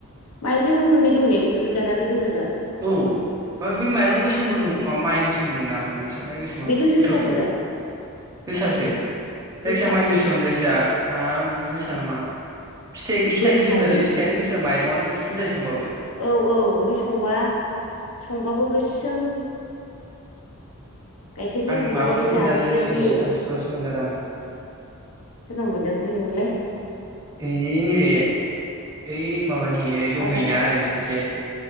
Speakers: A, on the left; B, on the right.
A: माइब्रायाबो मोननै दं ने गुफुरजाद आरो गोजा जाद
B: औ ओमफ्राय बे माइरं गोसोमबो दं माइ गोसोम। गोसोम बुंना ओमफ्राय मोनसे माइ गोसोमा
A: बेथ' जोसासो
B: गोथावथाव
A: दा
B: जोसासो
A: जोसा
B: जायखियााया माइ
A: ओं
B: गोसोम जायखिजया माबा जोसा नामा। फिथाइ
A: जोसा
B: फिथाइ गोसोम थारलै
A: बियो
B: फिथायानो गोसो माइरंनो। गोसोम जायो संबाबो
A: औ औ ओमफ्राय संबा-संबाबो गोसोम गाइखेरजों
B: आं
A: संबा
B: माबायावसो
A: एसे
B: मोनजादोंलै
A: जारेद रेद
B: ओरै
A: जायो
B: सानथिफुरावसो मोनजादों
A: सोरनाव मोनजाखोलै नोंलाय
B: आं नैबे ओइ माबानि ओरै
A: बाजार
B: दंहैयोना ओरै सासे।